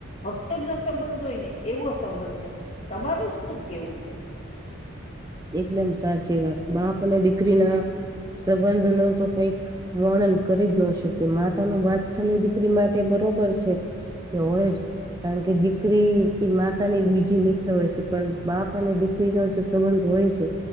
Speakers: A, on the left (about 25°); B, on the right (about 15°).
A: ભક્ત નો સંબંધ હોય ને એવો સંબંધ છે તમારું શું કેવું છે?
B: એકદમ સાચી વાત બાપ અને દીકરી ના સંબંધ નો તો કઈક વર્ણન કરી જ ન શકીએ. માતાનું વાત્સલ્ય દીકરી માટે બરોબર છે. એ હોય જ. કારણ કે દીકરી ઈ માતા ની બીજી મિત્ર હોય છે, પણ બાપ અને દીકરીનો જે સંબંધ હોય છે,